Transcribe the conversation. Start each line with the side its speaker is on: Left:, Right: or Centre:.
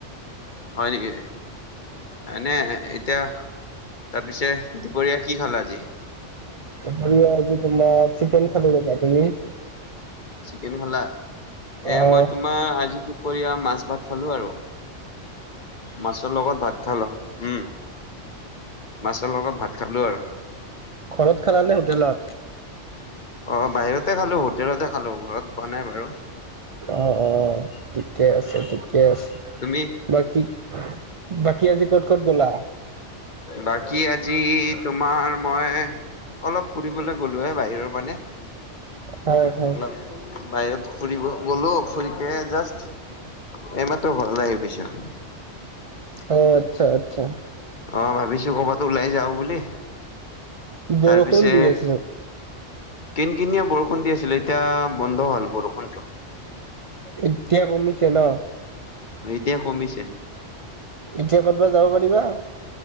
Left: হয় নেকি এনে এতিয়া তাৰ পিছে দুপৰীয়া কি খালা আজি
Right: হেৰি আজি তোমাৰ চিকেন খালো ৰবা তুমি
Left: চিকেন খালা এ
Right: অ'
Left: মই তোমাৰ আজি দুপৰীয়া মাছ ভাত খালো আৰু মাছৰ লগত ভাত খালো উম মাছৰ লগত ভাত খালো আৰু
Right: ঘৰত খালা নে হোটেলত
Left: অ বাহিৰতে খালো হোটেলতে খালো ঘৰত খোৱা নাই বাৰু
Right: অ অ ঠিকে আছে ঠিকে আছে
Left: তুমি
Right: বাকী বাকী আজি ক'ত ক'ত গ'লা
Left: বাকী আজি তোমাৰ মই অলপ ফুৰিবলৈ গ'লো হে বাহিৰত মানে
Right: হয় হয়।
Left: অলপ বাহিৰত ফুৰিব গ'লো ফুৰিকে জাষ্ট এ মই তোৰ ঘৰ লৈ আহি পাইছো
Right: অ আচ্ছা আচ্ছা
Left: অ ভাবিছো কৰ'বাত ওলাই যাও বুলি
Right: বৰষুণ
Left: তাৰপিছে
Right: দি আছে।
Left: কিন কিনিয়া বৰষুণ দি আছিলে এতিয়া বন্ধ হল বৰষুণটো
Right: এতিয়া কমিছে ন
Left: এতিয়া কমিছে
Right: এতিয়া কতবা যাব পাৰিবা